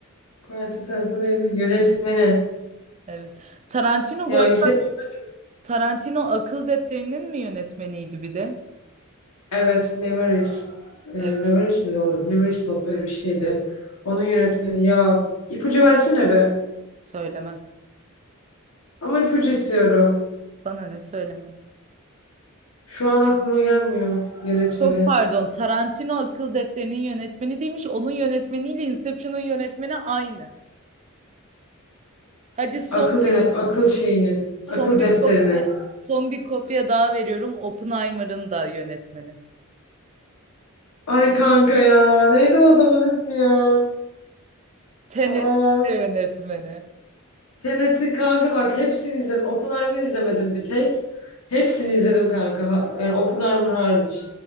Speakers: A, on the left; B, on the right.
A: Quentin Tarantino'ydu. Yönetmeni.
B: Evet. Tarantino
A: Ya
B: bu arada
A: Inception'ı da çok...
B: Tarantino Akıl Defteri'nin mi yönetmeniydi bir de?
A: Evet, Memories. Ee,
B: Evet
A: Memories mi doğru? Memories not böyle bir şeydi. Onun yönetmeni. Ya ipucu versene be.
B: söylemem.
A: Ama ipucu istiyorum.
B: Bana ne söyleme.
A: Şu an aklıma gelmiyor yönetmeni.
B: Çok pardon. Tarantino akıl defterinin yönetmeni değilmiş. Onun yönetmeniyle Inception'ın yönetmeni aynı. Hadi son
A: Akıl yöne- akıl şeyinin.
B: son
A: Akıl
B: bir
A: defterinin.
B: kopya son bir kopya daha veriyorum. Oppenheimer'ın da yönetmeni.
A: Ay kanka ya. Neydi o adamın ismi ya?
B: Tenet'in
A: Aa.
B: de yönetmeni.
A: Tenet'in kanka bak hepsini izledim. Oppenheimer'ı izlemedim bir tek. Hepsini izledim kanka. Ha- Yani Oppenheimer hariç.